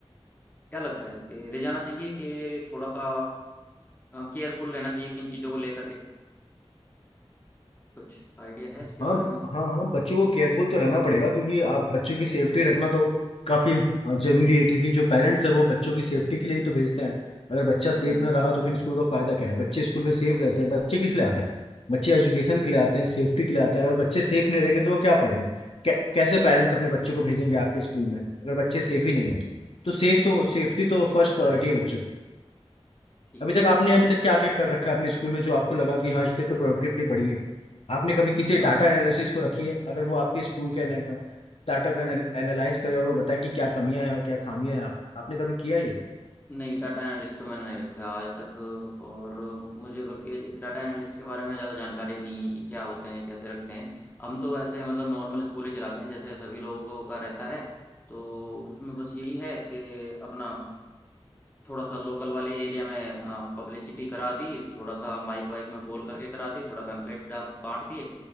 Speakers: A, on the left (about 20°); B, on the left (about 70°).
A: क्या लगता है कि ले जाना चाहिए कि थोड़ा सा केयरफुल रहना चाहिए किन चीज़ों को लेकर के कुछ आइडिया है इसके
B: हाँ
A: बारे में थोड़ा
B: हाँ हाँ बच्चों को केयरफुल तो रहना पड़ेगा क्योंकि आप बच्चों की सेफ्टी रखना तो काफी अ, जरूरी है क्योंकि जो पेरेंट्स है वो बच्चों की सेफ्टी के लिए ही तो भेजते हैं अगर बच्चा
A: हम्म
B: सेफ ना रहा तो फिर स्कूल का फायदा क्या है बच्चे स्कूल में सेफ रहते हैं बच्चे किस लिए आते हैं बच्चे एजुकेशन के लिए आते हैं सेफ्टी के लिए आते हैं अगर बच्चे सेफ नहीं रहेंगे
A: हम्म,
B: तो वो क्या पढ़ेंगे कै, कैसे पेरेंट्स अपने बच्चों को भेजेंगे आपके स्कूल में अगर बच्चे सेफ ही नहीं है तो तो सेफ तो सेफ्टी तो फर्स्ट प्रायोरिटी है बच्चों की
A: ठीक
B: अभी तक
A: है
B: आपने अभी तक क्या क्या कर रखा है अपने स्कूल में जो आपको लगा कि हाँ इससे तो प्रोडक्टिविटी बढ़ी है आपने कभी किसी
A: अ,
B: डाटा एनालिसिस को रखी है अगर वो आपके स्कूल के डाटा को एनालाइज करे और वो बताए कि क्या कमियां हैं और क्या खामियां हैं आप, आपने कभी किया ये
A: नहीं डाटा एनालिस्ट तो मैंने नहीं रखा आज तक और मुझे बल्कि डाटा एनालिस्ट के बारे में ज़्यादा जानकारी भी नहीं है कि क्या होते हैं कैसे रखते हैं हम तो ऐसे मतलब नॉर्मल स्कूल ही चलाते हैं जैसे सभी लोगों का रहता है तो उसमें बस यही है कि अपना थोड़ा सा लोकल वाले एरिया में पब्लिसिटी करा दी थोड़ा सा माइक वाइक में बोल करके करा दी थोड़ा पैम्पलेट बांट दिए